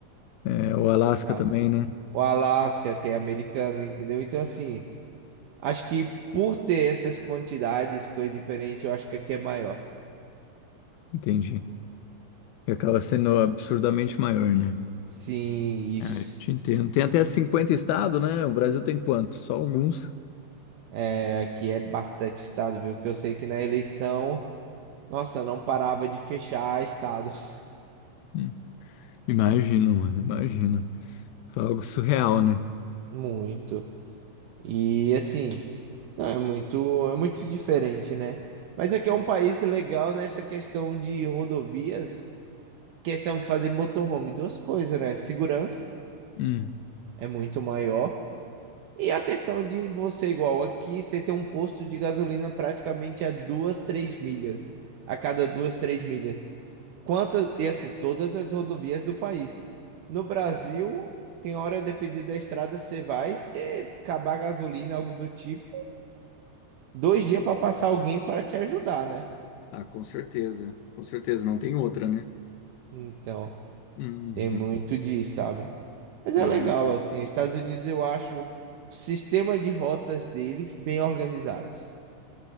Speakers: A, on the left (about 80°); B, on the right (about 70°).
A: É, o Alasca
B: tá?
A: também, né?
B: o Alaska, que é americano, entendeu? Então, assim, acho que por ter essas quantidades, coisas diferentes, eu acho que aqui é maior.
A: Entendi. Que acaba sendo
B: Hum.
A: absurdamente maior, né?
B: Sim, isso.
A: É, eu te entendo. Tem até 50 estados, né? O Brasil tem quantos? Só alguns.
B: É, aqui é bastante estado, viu? Que eu sei que na eleição, nossa, não parava de fechar estados.
A: Hum. Imagina, mano, imagina. Foi algo surreal, né?
B: <laughs> Muito. E assim, não, é muito, é muito diferente, né? Mas aqui é um país legal nessa questão de rodovias, questão de fazer motorhome, duas coisas, né? Segurança
A: Hum.
B: é muito maior E a questão de você, igual aqui, você tem um posto de gasolina praticamente a duas, três milhas. A cada duas, três milhas. Quantas, e assim, todas as rodovias do país. No Brasil, tem hora, dependendo da estrada, você vai, você acabar a gasolina, algo do tipo, dois dias para passar alguém para te ajudar, né?
A: Ah, com certeza. Com certeza, não tem outra, né?
B: Então,
A: Uhum.
B: tem muito disso, sabe? Mas é
A: Ah,
B: legal,
A: sim.
B: assim, os Estados Unidos, eu acho o sistema de rotas deles bem organizados.